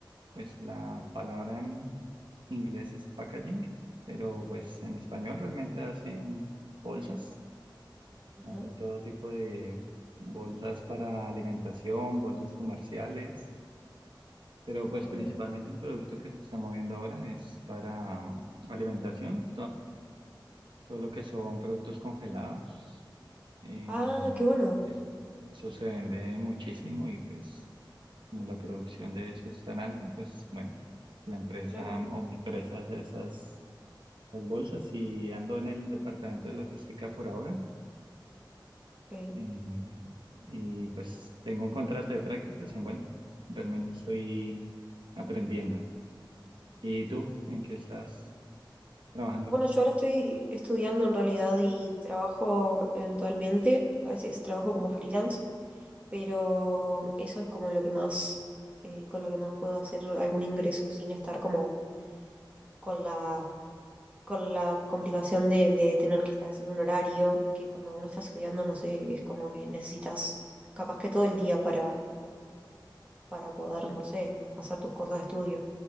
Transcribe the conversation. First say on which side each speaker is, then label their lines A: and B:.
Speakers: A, on the right; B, on the right.
A: pues la palabra en inglés es packaging, pero pues en español realmente hacen bolsas,
B: Ajá.
A: hacen todo tipo de bolsas para alimentación, bolsas comerciales, pero pues
B: Ah,
A: principalmente
B: mira.
A: el producto que se está moviendo ahora es para mm, alimentación, todo lo que son productos congelados. eh,
B: Ah, qué bueno,
A: es- eso se vende muchísimo y pues como la producción de eso es tan alta, pues bueno, la empresa
B: claro,
A: o mi empresa hace esas, esas bolsas y ando en el departamento de logística por ahora.
B: ok.
A: eh, y pues tengo un contrato de prácticas y bueno, realmente estoy aprendiendo. ¿Y tú en qué estás trabajando?
B: Bueno, yo ahora estoy estudiando en realidad y trabajo eventualmente, a veces trabajo como freelance pero eso es como lo que más, eh, con lo que más puedo hacer algún ingreso sin estar como con la, con la complicación de, de tener que estar haciendo un horario, que cuando uno está estudiando, no sé, es como que necesitas capaz que todo el día para, para poder, no sé, hacer tus cosas de estudio.